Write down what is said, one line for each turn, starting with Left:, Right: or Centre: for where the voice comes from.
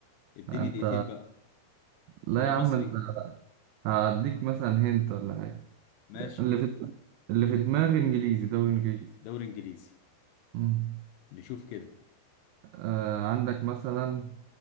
Left: اديني
Right: انت
Left: دقيقتين بقى
Right: لا
Left: هو
Right: يا عم
Left: مصري
Right: انت هديك مثلا هنت ولا حاجة
Left: ماشي
Right: اللي
Left: كده
Right: في اللي في دماغي انجليزي دوري انجليزي
Left: دوري انجليزي
Right: مم.
Left: نشوف كده
Right: آه عندك مثلا